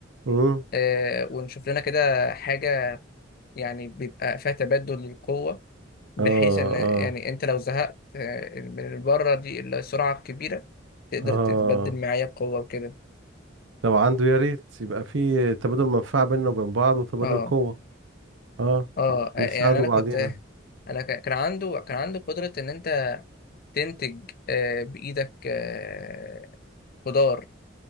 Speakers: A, on the right; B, on the left.
A: امم
B: آه... ونشوف لنا كده حاجه يعني بيبقى فيها تبادل للقوه بحيث
A: اه
B: ان يعني
A: اه
B: انت لو زهقت آه، من البره دي السرعه الكبيره تقدر
A: اه
B: تتبدل معايا بقوه وكده
A: لو عنده يا ريت يبقى في تبادل منفعة بيننا وبين بعض وتبادل
B: اه
A: قوة اه
B: اه يعني
A: نساعده
B: انا
A: بعضينا
B: كنت انا ك- كان عنده كان عنده قدرة ان انت تنتج آه، بايدك آه، خضار